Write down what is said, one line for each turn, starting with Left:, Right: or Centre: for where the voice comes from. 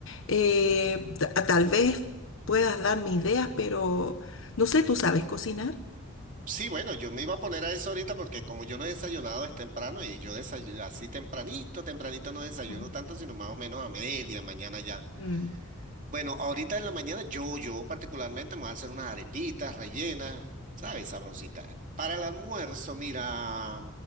Left: eh, ta- tal vez puedas darme ideas, pero no sé, ¿tú sabes cocinar?
Right: Sí, bueno, yo me iba a poner a eso ahorita porque como yo no he desayunado es temprano y yo desayuno así tempranito, tempranito no desayuno
Left: Mm,
Right: tanto, sino más o menos a media mañana ya.
Left: mm.
Right: Bueno, ahorita en la mañana yo, yo particularmente me voy a hacer unas arepitas rellenas, ¿sabes? Sabrositas. Para el almuerzo, mira,